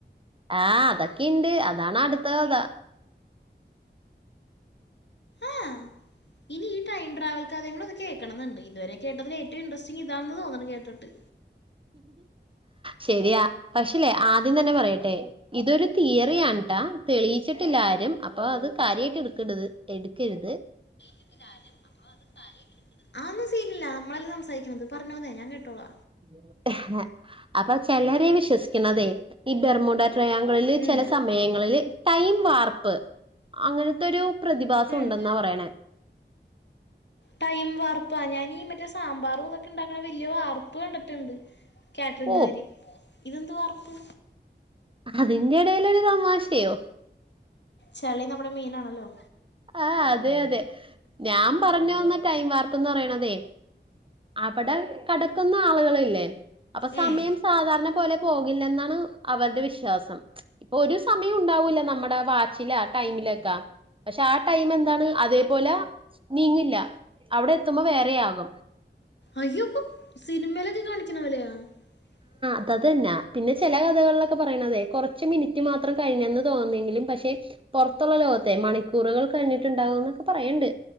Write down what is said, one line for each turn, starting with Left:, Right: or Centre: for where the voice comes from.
Right: ആഹ് അതൊക്കെയുണ്ട് അതാണ് അടുത്ത കഥ
Left: ആഹ് ഇനി ഈ ടൈം ട്രാവൽ കഥകളൊന്ന് കേക്കണം എന്നണ്ട് ഇതുവരെ കേട്ടതിൽ ഏറ്റവും ഇൻറ്രസ്റ്റിംങ് ഇതാണെന്ന് തോന്നുന്നു കേട്ടിട്ട്.
Right: ശരിയാ പക്ഷേല്ലേ ആദ്യം തന്നെ പറയട്ടെ ഇതൊരു തിയറിയാണ് ട്ടാ തെളിയിച്ചിട്ടില്ലാരും അപ്പൊ അത് കാര്യായിട്ട് എടുക്കരുത് എടുക്കരുത്.
Left: ഒരു കാര്യം അപ്പൊ അത് കാര്യായിട്ട് എടുക്കരുത് അതൊന്നും സീനില്ല നമ്മളല്ലേ സംസാരിക്കുന്നത് പറഞ്ഞോന്ന് ഞാൻ കേട്ടോള്ള
Right: <inaudible> അപ്പൊ ചിലര് വിശ്വസി ക്കുന്നതേ ഈ ബെർമുഡ ട്രയാങ്കളില്
Left: ഉം
Right: ചില സമയങ്ങളിൽ ടൈം വാർപ്പ് അങ്ങനത്തെൊരു പ്രതിഭാസം
Left: ഉം
Right: ഉണ്ടെന്നാ പറയണേ
Left: ടൈം വാർപ്പാ ഞാനീ മറ്റേ സാമ്പാറും ഇതൊക്കെ ഉണ്ടാക്കണ വലിയ വാർപ്പ് പ്പ് കണ്ടിട്ടുണ്ട് കാറ്ററിംഗുകാര്
Right: ഓ
Left: ഇതെന്ത് വാർപ്പ്?
Right: അതിന്റെടേലൊരു തമാശയോ
Left: ചെള്ളി നമ്മുടെ മീനാണല്ലോ
Right: ആഹ് അതെ അതെ ഞാൻ പറഞ്ഞു തന്ന ടൈം വാർപ്പെന്ന് പറയണതെ അവിടെ കടക്കുന്ന ആളുകളില്ലേ അപ്പൊ സമയം
Left: ഉം
Right: സാധാരണ പോലെ പോകില്ലെന്നാണ് അവരുടെ വിശ്വാസം. ഇപ്പോ ഒരു സമയം ഉണ്ടാവുല്ല നമ്മടെ വാച്ചിലാ ടൈമിലാക്കെ പക്ഷെ ആ ടൈം എന്താണ് അതേപോലെ നീങ്ങില്ല അവിടെ എത്തുമ്പോൾ വേറെയാകും.
Left: അയ്യോ പ്പൊ സിനിമയിലൊക്കെ കാണിക്ക്ണ പോലെയോ <unintelligible>
Right: ത്തത് ന്നാ പിന്നെ ചില കഥകളിലൊക്കെ പറയണതെ കുറച്ച് മിനിറ്റ് മാത്രം കഴിഞ്ഞന്ന് തോന്നിയെങ്കിലും പക്ഷെ പുറത്തുള്ള ലോകത്തെ മണിക്കൂറുകൾ കഴിഞ്ഞിട്ടുണ്ടാകുന്നൊക്കെ പറയ്ണ്ട്